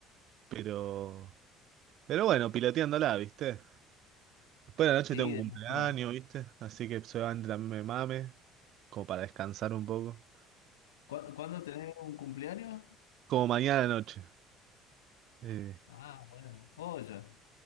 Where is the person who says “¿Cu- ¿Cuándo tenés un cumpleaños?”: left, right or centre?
Left